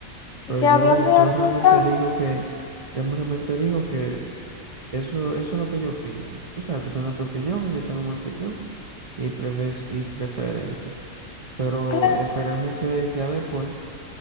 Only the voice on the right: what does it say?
Pero
yo,
yo
realmente
digo que, yo realmente digo que eso, eso es lo que yo opino. O sea, tú tienes tu opinión y yo tengo mi opinión y, prefe- y preferencia. Pero
esperemos que ya después,